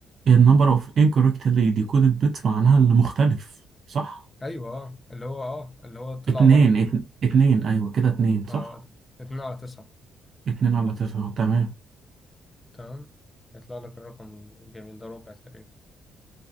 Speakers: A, on the right; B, on the left.
A: النمبر اوف انكوركتلي ديكودد بيتس معناها اللي مختلف صح
B: ايوه اه اللي هو اه اللي هو طلع
A: اتنين
B: غلط
A: اتن- اتنين ايوه كده اتنين صح
B: اه اتنين على تسعة
A: اتنين على تسعة تمام
B: تمام يطلع لك الرقم الجميل ده ربع تقريبا